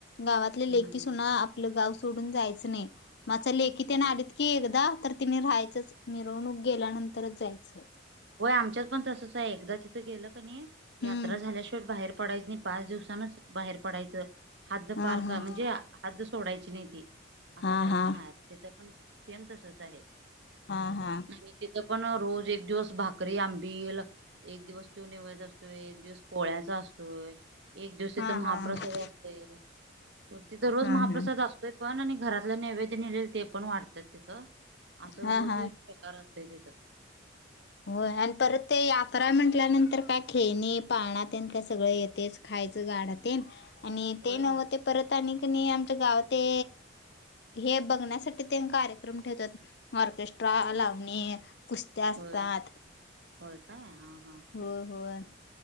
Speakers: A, on the left; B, on the right.
A: गावातले
B: हम्म
A: लेकी, सुना आपलं गाव सोडून जायच नाही <inaudible>
B: हम्म
A: ते ना आलेत की एकदा, तर तिने राहायचंच मिरवणूक गेल्यानंतरच जायचं.
B: होय आमच्यात पण तसच आहे एकदा तिथं गेलं क नाही.
A: हम्म
B: यात्रा झाल्याशिवाय बाहेर पडाच नाही. पाच दिवसानच बाहेर पडायच हद्द
A: हा
B: पार
A: हा
B: करायच म्हणजे हद्दच. सोडायची नाही ती
A: हा
B: असं काही
A: हा
B: पण आहेत तिथं पण सेम तसच आहे
A: हा-हा
B: आणि तिथं पण रोज एक दिवस. भाकरी, आंबिल एक दिवस त्यो निवद असतोय. एक दिवस पोळ्याचा असतोय एक दिवशी
A: हा
B: तर महाप्रसाद
A: हा हा
B: असतोय तिथ रोज
A: हा
B: महाप्रसाद
A: हा
B: असतोय पण आणि घरातलं नैवेद्य निलेल ते पण वाटतात तिथं असं
A: हा
B: रोज
A: हा
B: एक प्रकार असत <unintelligible>
A: होय आणि परत ते यात्रा हाय म्हटल्यानंतर काय खेळनि पाळना तेन काय सगळं येतेच खायचं गाडा तेन आणि
B: होय
A: ते नव्ह
B: होय
A: ते परत आनीकनी आमचं गाव ते हे बघण्यासाठी तेने कार्यक्रम ठेवतात ऑर्केस्ट्रा लावणे कुस्त्या
B: होय
A: <inaudible>
B: होय काय अ
A: होय-होय